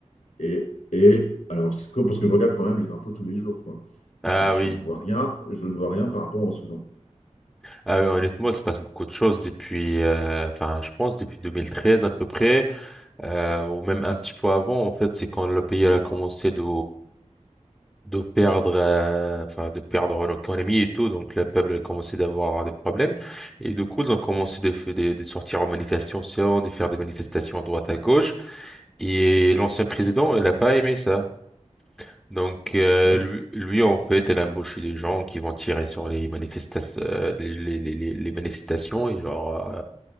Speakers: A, on the left; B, in the centre.
A: et, et alors, c'est que- parce que je regarde quand même les infos tous les jours, quoi.
B: Ah
A: Et je
B: oui.
A: ne vois rien, je ne vois rien par rapport au Soudan.
B: Ah oui, honnêtement, il se passe beaucoup de choses depuis, euh, enfin, je pense depuis 2013 à peu près, euh, ou même un petit peu avant. En fait, c'est quand le pays elle, a commencé de de perdre, euh, enfin, de perdre l'économie et tout. Donc, le peuple a commencé d'avoir des problèmes. Et du coup, ils ont commencé de, f- de, de sortir en manifestation, de faire des manifestations à droite à gauche. Et l'ancien président, il n'a pas aimé ça. Donc, euh,
A: D'accord.
B: lui, lui, en fait, elle a embauché des gens qui vont tirer sur les manifestations, les, les, les, les- les manifestations et genre, euh,